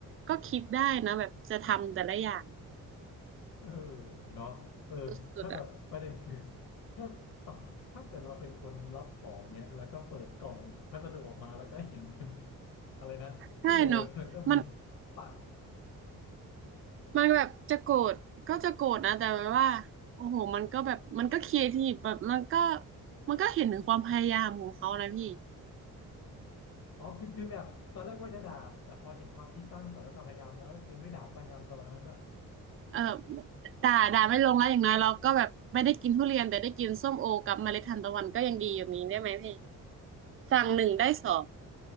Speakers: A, on the right (about 40°); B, on the left (about 70°).
A: ก็คิดได้นะแบบจะทำแต่ละอย่าง
B: เออเนาะเออถ้าแบบประเด็นคือ
A: สุดๆอ่ะ
B: <laughs> ถ้าต่อถ้าเกิดเราเป็นคนรับของเนี้ยแล้วก็เปิดกล่องพัสดุออกมาแล้วก็เห็นเป็น <laughs> อะไรนะส้มโอ
A: ใช่หนู
B: <laughs> แล้วก็มี
A: มัน
B: ปัก
A: มันแบบจะโกรธก็จะโกรธนะแต่แบบว่าโอ้โหมันก็แบบมันก็ครีเอทีฟแบบมันก็มันก็เห็นถึงความพยายามของเขานะพี่
B: อ๋อคือคือแบบตอนแรกว่าจะด่าแต่พอเห็นความคิดสร้างสรรค์และความพยายามแล้วก็คือไม่ด่าสร้างงานประมาณนั้นว่า
A: เออด่าด่าไม่ลงแล้วอย่างน้อยเราก็แบบไม่ได้กินทุเรียนแต่ได้กินส้มโอกับเมล็ดทานตะวันก็ยังดีแบบนี้ได้ไหมพี่สั่งหนึ่งได้สอง